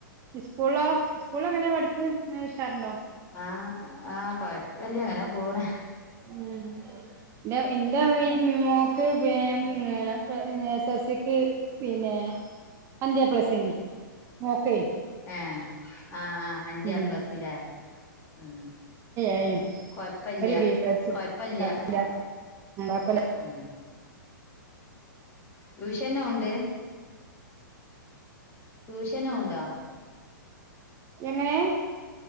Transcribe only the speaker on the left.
ആഹ് ആഹ് കൊയപ്പല്യ അങ്ങനെ പോണ്.
ഏഹ്. ആഹ് ആഹ് അഞ്ച്
എ പ്ലസ്സ് ലേ ഉം
കൊഴപ്പില്ല്യ
കൊഴപ്പില്ല്യ
ഉം ടൂഷ്യനോവ്ണ്ട്? ട്യൂഷ്യനോവ്ണ്ടോ?